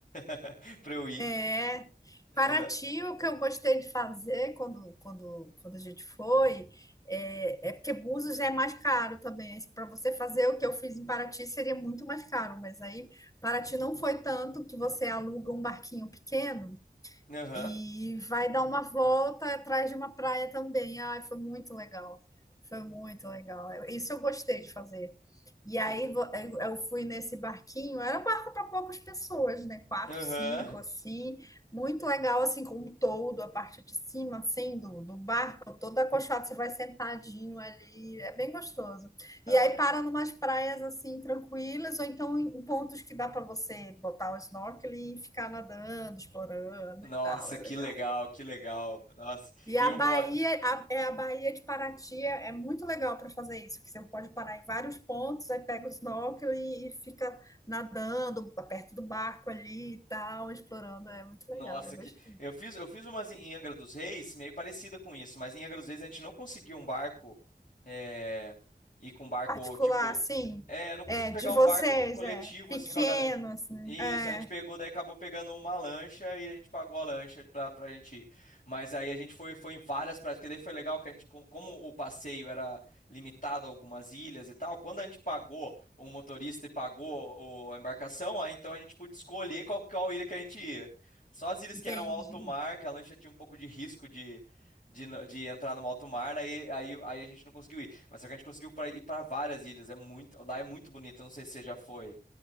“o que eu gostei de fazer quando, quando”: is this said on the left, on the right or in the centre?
Left